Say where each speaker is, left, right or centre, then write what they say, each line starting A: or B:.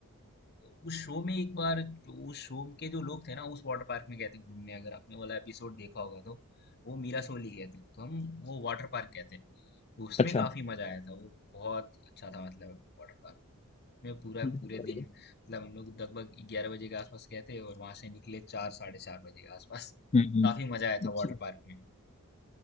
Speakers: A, on the left; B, on the left.
A: तो उस शो में एक बार जो- उस शो के जो लोग थे ना उस वाटर पार्क में गए थे घूमने अगर आपने वाला एपिसोड देखा होगा तो वो मीरासोल ही गए थे तो हम वो वाटर पार्क गए थे तो उसमें
B: अच्छा
A: काफी मजा आया था वो बहुत अच्छा था मतलब वाटर पार्क में पूरा
B: बढ़िया
A: पूरे दिन मतलब हम लोग लगभग ग्यारह बजे के आसपास गए थे और वहां से निकले चार साढ़े चार बजे के आसपास
B: हम्म हम्म।
A: तो काफी मजा आया था
B: अच्छा
A: वाटर पार्क में